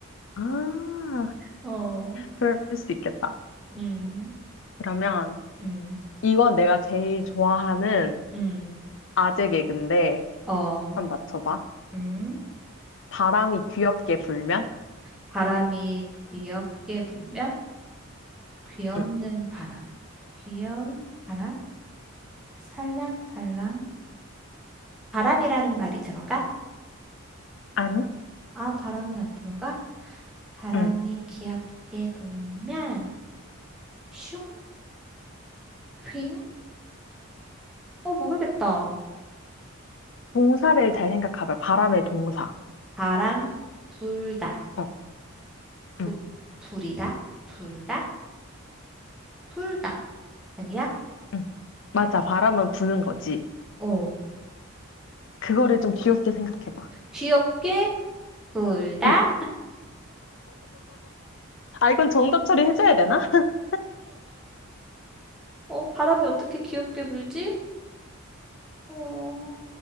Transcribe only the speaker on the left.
아,
그럴 수 있겠다.
그러면
이건 내가 제일 좋아하는
아재 개그인데,
한번 맞춰봐.
바람이 귀엽게 불면?
응.
아니?
응.
동사를 잘 생각해봐. 바람의 동사.
어.
응.
응. 맞아. 바람은 부는 거지.
그거를 좀 귀엽게 생각해봐.
응. 아, 이건 정답 처리해줘야 되나? <laughs>